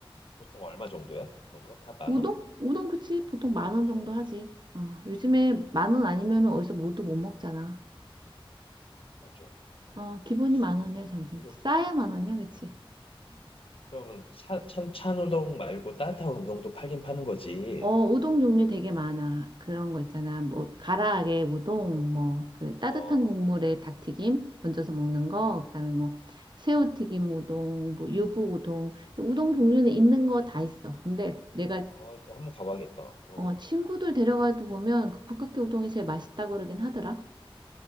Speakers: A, on the left; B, on the right.
A: 보통 얼마 정도야? 그런가? 다 만
B: 우동?
A: 원?
B: 우동 그치? 보통 만원 정도
A: 어,
B: 하지. 어, 요즘에
A: 어,
B: 만원 아니면 은 어디서 뭐도 못 먹잖아.
A: 아 좀. 음.
B: 어, 기본이 만 원이야,
A: 야,
B: 점심.
A: 그래도
B: 싸야 만 원이야, 그치?
A: 그러면 차, 찬, 찬 우동 말고 따뜻한 우동도 팔긴 파는 거지.
B: 어, 우동 종류 되게 많아. 그런 거 있잖아. 뭐, 가라아게
A: 어,
B: 우동, 뭐, 그 따뜻한
A: 어,
B: 국물에 닭튀김 건져서 먹는 거, 그다음에 뭐,
A: 음.
B: 새우튀김 우동, 뭐, 유부 우동. 우동 종류는 있는 거 다 있어. 근데 내가,
A: 어, 그 한 번 가봐야겠다. 어,
B: 어, 친구들 데려가도 보면 그 북극해 우동이 제일 맛있다고
A: 어,
B: 그러긴 하더라.